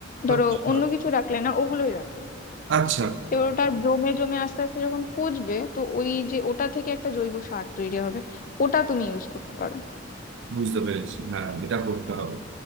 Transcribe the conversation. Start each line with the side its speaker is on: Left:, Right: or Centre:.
Left: ধরো
Right: আচ্ছা
Left: অন্য কিছু রাখলে না ওগুলোই রাখলে
Right: আচ্ছা
Left: এবার ওটা জমে জমে আস্তে আস্তে যখন পচবে তো ওই যে ওটা থেকে একটা জৈব সার তৈরি হবে ওটা তুমি ইউজ করতে পারো
Right: বুঝতে পেরেছি হ্যাঁ এটা করতে হবে